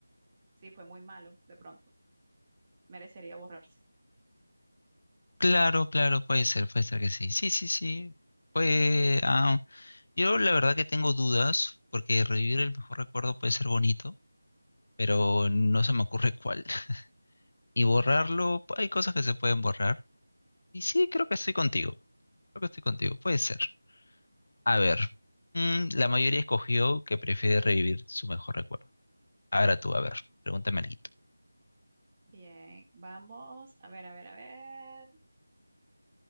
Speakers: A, on the right; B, on the left.
A: Si fue muy malo, de pronto, merecería borrarse.
B: Claro, claro, puede ser, puede ser que sí. Sí, sí, sí. Pues, ah, yo la verdad que tengo dudas, porque revivir el mejor recuerdo puede ser bonito, pero no se me ocurre <laughs> cuál. Y borrarlo, hay cosas que se pueden borrar. Y sí, creo que estoy contigo. Creo que estoy contigo, puede ser. A ver, mm, la mayoría escogió que prefiere revivir su mejor recuerdo. Ahora tú, a ver, pregúntame algo.
A: Bien, vamos, a ver, a ver, a ver.